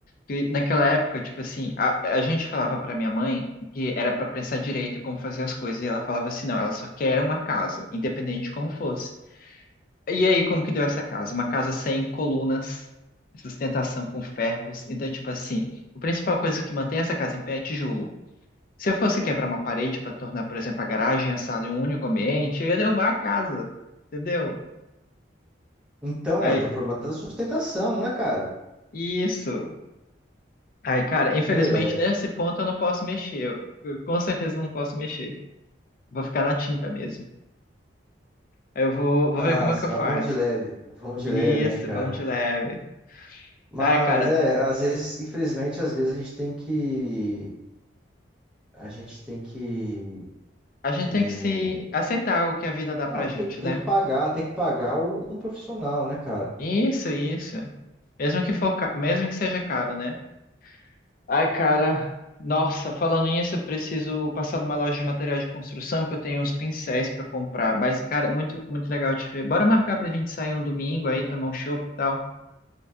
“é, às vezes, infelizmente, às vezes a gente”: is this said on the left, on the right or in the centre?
Centre